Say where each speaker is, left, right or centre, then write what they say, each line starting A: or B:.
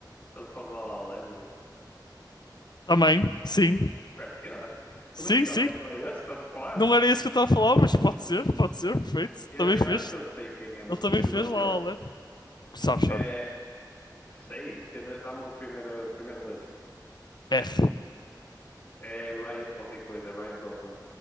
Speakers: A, on the left; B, on the left.
A: Estás a falar da La La Land?
B: também, sim,
A: É o que é?
B: sim,
A: Como assim também?
B: sim.
A: Não é esse que estás a falar?
B: Não era isso que eu estava a falar, mas pode ser, pode ser, perfeito.
A: Eu,
B: Também
A: eu
B: fez,
A: acho que eu sei quem é, mas
B: ele
A: eu
B: também
A: não sei
B: fez
A: o nome
B: lá
A: dele.
B: La La Land. Sabes,
A: É,
B: sabes.
A: sei. Tenta- Dá-me o primeiro, a primeira letra.
B: R.
A: É Ryan qualquer coisa, é Ryan Gosling.